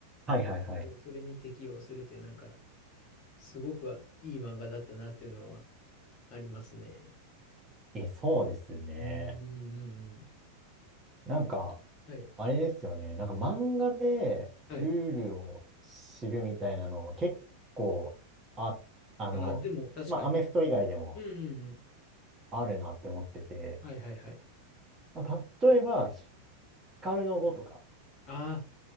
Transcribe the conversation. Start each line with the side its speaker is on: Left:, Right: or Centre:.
Right: はいはいはい。
Left: こうそれに適応するって、なんか、すごくいい漫画だったなっていうのはありますね。
Right: えそうですね。
Left: うん。うんうん
Right: なんか、
Left: はい。
Right: あれですよね。なんか漫画でルールを知るみたいなの結構、
Left: はい。
Right: あ、あの、
Left: ああ、でも確かに。
Right: まあ、アメフト以外でも
Left: うんうんうん
Right: あるなって思ってて、
Left: はいはい
Right: まあ、例えば、光の碁とか、
Left: あ